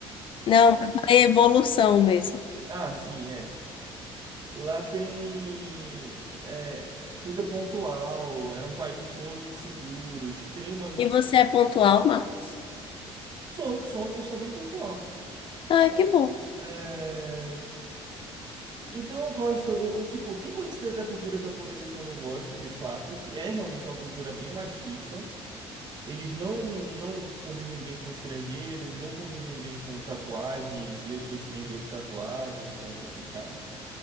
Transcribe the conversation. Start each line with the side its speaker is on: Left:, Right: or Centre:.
Left: Não, eu falei evolução mesmo.
Right: Ah, sim, é. Lá tem. é, tudo é pontual, é um país extremamente seguro, extremamente.
Left: E você é pontual, Marcos?
Right: Sou, sou uma pessoa bem pontual.
Left: Ah, que bom.
Right: É, então eu gosto, eu- eu, tipo, tem coisas da, da cultura japonesa que eu não gosto, de fato, que é realmente uma cultura bem machista. Eles não, não convivem bem com estrangeiros, não convivem bem com tatuagens, e eu sou estrangeiro tatuado, então é complicado.